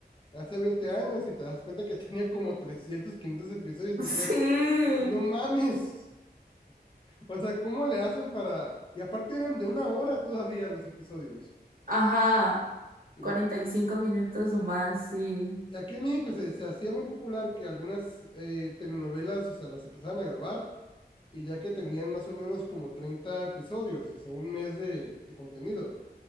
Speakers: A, on the left; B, on the right.
A: hace 20 años y te das cuenta que <laughs> tenía como trescientos quinientos episodios y
B: <laughs>
A: te
B: Sí,
A: quedas, no mames. O sea, ¿cómo le hacen para...? Y aparte eran de una hora todavía los episodios.
B: ajá,
A: Y
B: Cuarenta y cinco minutos o más, sí,
A: Aquí en México se, se hacía muy popular que algunas eh, telenovelas, o sea, las empezaban a grabar y ya que tenían más o menos como 30 episodios, o sea, un mes de, de contenido,